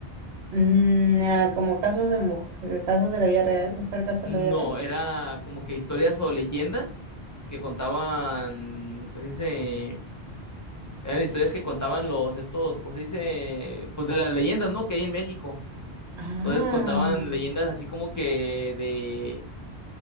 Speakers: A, on the right; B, on the left.
A: Mm, ah, como casos de mujer, casos de la vida real, mujer casos de
B: No,
A: la vida real.
B: era como que historias o leyendas que contaban, ¿cómo se dice? Eran historias que contaban los, estos, ¿cómo se dice? Pues de las leyendas, ¿no? Que hay en México.
A: Ah,
B: Entonces contaban leyendas así como que de,